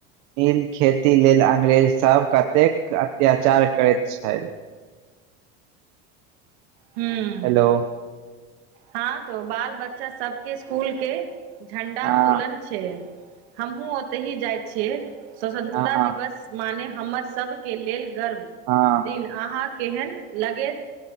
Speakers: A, on the right; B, on the right.
A: नील खेती लेल अंग्रेज सब कतेक अत्याचार करति छलि
B: हूँ
A: हेलो
B: हँ तो बाल- बच्चा सबके स्कूल के झंडा
A: हँ
B: तोलन छै हमहुँ ओतही जाइ छियै स्वतंत्रता
A: हँ हँ
B: दिवस माने हमर सबके लेल गर्व
A: हां
B: दिन आंहाँ केहन लगेत